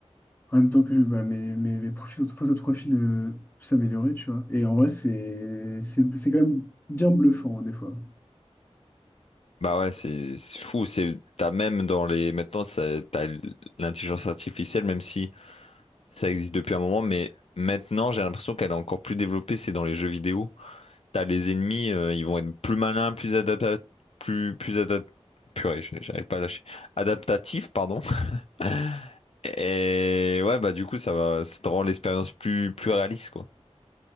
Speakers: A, on the left; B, on the left.
A: en même temps que bah, mes, mes, mes profils- photos de profil euh, s'amélioraient, tu vois. Et en vrai, c'est, c'est, c'est quand même bien bluffant, hein, des fois.
B: Bah ouais, c'est c'est fou. C'est t'as même dans les maintenant, ça- t'as l- l'intelligence artificielle, même si ça existe depuis un moment, mais maintenant j'ai l'impression qu'elle est encore plus développée. C'est dans les jeux vidéo. T'as les ennemis, euh, ils vont être plus malins, plus adaptatifs, plus plus adap- Purée, j'- j'arrive pas à lâcher. Adaptatifs, pardon. <laughs> Et ouais, bah du coup, ça va, ça te rend l'expérience plus plus réaliste, quoi.